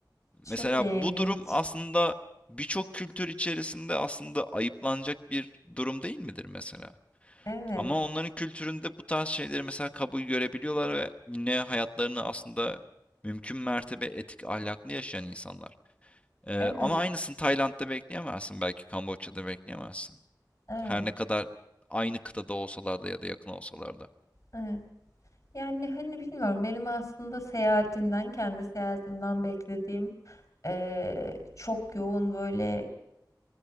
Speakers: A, on the left; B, on the left.
A: Çok
B: Mesela
A: ilginç.
B: bu durum aslında birçok kültür içerisinde aslında ayıplanacak bir durum değil midir mesela?
A: Evet.
B: Ama onların kültüründe bu tarz şeyleri mesela kabul görebiliyorlar ve yine hayatlarını aslında mümkün mertebe etik, ahlaklı yaşayan insanlar. Eee,
A: Evet.
B: ama aynısını Tayland'da bekleyemezsin, belki Kamboçya'da bekleyemezsin.
A: Evet.
B: Her ne kadar aynı kıtada olsalar da ya da yakın olsalar da.
A: Evet. Yani hani bilmiyorum benim aslında seyahatimden kendi seyahatimden beklediğim eee, çok yoğun böyle